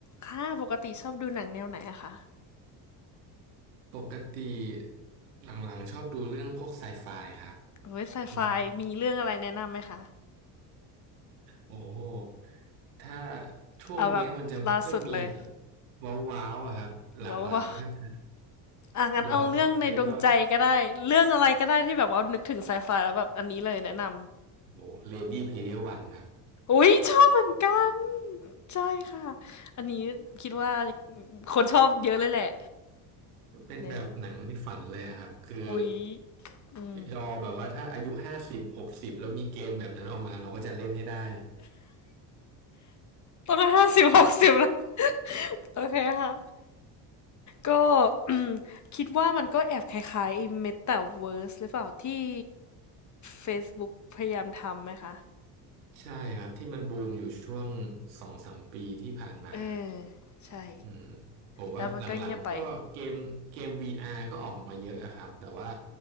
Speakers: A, on the left; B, on the right.
A: ค่ะปกติชอบดูหนังแนวไหนอะคะ
B: ปกติหลังๆชอบดูเรื่องพวกไซไฟครับ
A: เฮ้ยไซไฟมีเรื่องอะไรแนะนำไหมคะ
B: อืมโอ้ถ้าช่วงเนี้ยมันจะไม่ค่อยมีแบบ
A: เอาแบบล่าสุดเลย
B: ว้าวๆอะครับหลังๆถ้าจะ
A: ว้าวาอ่ะงั้นเอาเรื่องในดวงใจก็ได้เรื่องอะไรก็ได้ที่แบบว่านึกถึงไซไฟแล้วแบบอันนี้เลยแนะนำ
B: ย้อนกลับไปก็โอ้เลดี้เพลเยวันครับ
A: อุ้ยชอบเหมือนกันใช่ค่ะอันนี้คิดว่าคนชอบเยอะเลยแหละ
B: จะเป็นแบบหนังในฝันเลยอะครับคือ
A: เนี่ยอุ้ยอืม
B: รอแบบว่าถ้าอายุห้าสิบหกสิบแล้วมีเกมแบบนั้นออกมาเราก็จะเล่นให้ได้
A: ตอนนั้นห้าสิบหกสิบแล้วโอเคค่ะ ก็ <coughs> <clears throat> คิดว่ามันก็แอบคล้ายๆไอ้ Metaverse หรือเปล่าที่ Facebook พยายามทำไหมคะ
B: ใช่ครับที่มันบูมอยู่ช่วงสองสามปีที่ผ่านมา
A: เออใช่
B: อืมผมว่าหลังๆก็เกมเกม
A: แล้วมันก็เงียบไป
B: VR ก็ออกมาเยอะอะครับแต่ว่า